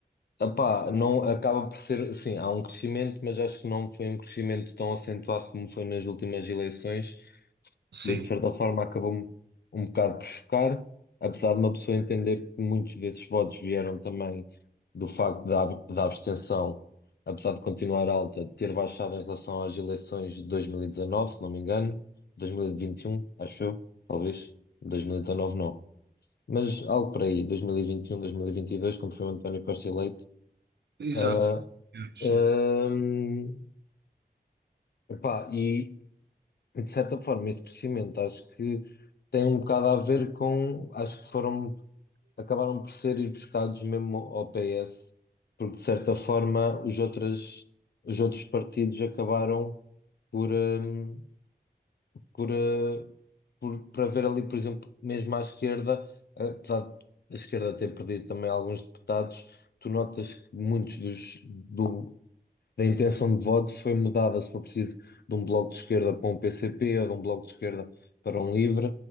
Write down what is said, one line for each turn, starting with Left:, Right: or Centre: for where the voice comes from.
Left: epá, não, acaba por ser, assim, há um crescimento, mas acho que não foi um crescimento tão acentuado como foi nas últimas eleições
Right: sim,
Left: que de certa forma acabou-me um bocado por chocar, apesar de uma pessoa entender que muitos desses votos vieram também do facto da, da abstenção, apesar de continuar alta, ter baixado em relação às eleições de 2019, se não me engano, 2021, acho eu, talvez, 2019 não. Mas algo por aí, 2021, 2022, quando foi o António Costa eleito.
Right: exato.
Left: Ah,
Right: Sim,
Left: ahm, epá, e E, de certa forma, esse crescimento acho que tem um bocado a ver com. Acho que foram. Acabaram por ser ir buscados mesmo ao PS, porque, de certa forma, os outros os outros partidos acabaram por. hum, por, eh, por para ver ali, por exemplo, mesmo à esquerda, eh, apesar de a esquerda ter perdido também alguns deputados, tu notas que muitos dos, do, a intenção de voto foi mudada, se for preciso, de um bloco de esquerda para um PCP ou de um bloco de esquerda para um livre,